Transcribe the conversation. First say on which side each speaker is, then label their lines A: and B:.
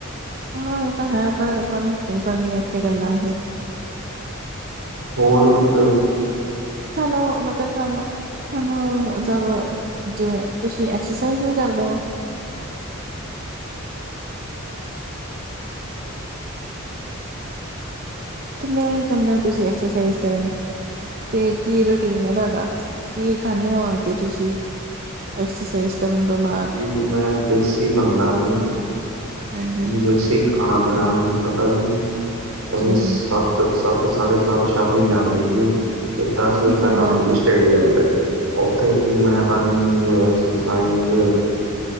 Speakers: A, on the right; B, on the right.
A: ਹਾਂ ਓ ਤਾਂ ਹੈ ਪਰ ਆਪਾਂ ਨੇ ਕਿਉਂ ਕਰਨੀ ਐ ਇੱਥੇ ਗੱਲਾਂ ਇਹ।
B: ਹੋਰ ਫੇਰ
A: ਚਲੋ ਮਤਬ ਚਲੋ ਤੁਆਨੂੰ ਮਤਲਬ ਜਿਵੇਂ ਤੁਸੀਂ ਐਕਸਰਸਾਈਜ਼ ਵੀ ਕਰਦੇ ਓ? ਕਿੰਨੇ ਵਜੇ ਜਾਂਣੇ ਓ ਤੁਸੀਂ ਐਕਸਰਸਾਈਜ਼ ਕਰਨ? ਤੇ ਕੀ ਰੂਟੀਨ ਐ ਤੁਆਡਾ ਕੀ ਖਾਂਣੇ ਓ ਆ ਕੇ ਤੁਸੀਂ? ਐਕਸਰਸਾਈਜ਼ ਕਰਨ ਤੋਂ ਬਾਅਦ?
B: ਜੀ ਮੈਂ ਦੇਸੀ ਬੰਦਾ ਜੀ।
A: ਹਾਂਜੀ
B: ਦੇਸ਼ੀ ਖਾਣਾ-ਪੀਣਾ ਏ ਸਾਡਾ ਜੀ,
A: ਅੱਛਾ
B: ਅਸੀਂ ਸ
A: ਜੀ
B: ਸੱਤ ਸਾਢੇ, ਸੱਤ ਸ਼ਾਮੀ ਜਾਂਦੇ ਜੀ ਤੇ ਦਸ
A: ਕੀ
B: ਵਜੇ
A: ਕਰਦੇ
B: ਤੱਕ ਆਂਦੇ
A: ਉੱਥੇ?
B: ਜੀ ਸਟੇਡੀਅਮ ਤੇ ਉਥੇ ਜੀ ਮੈਂ ਰਨਿੰਗ, ਐਕਸਰਸਾਈਜ਼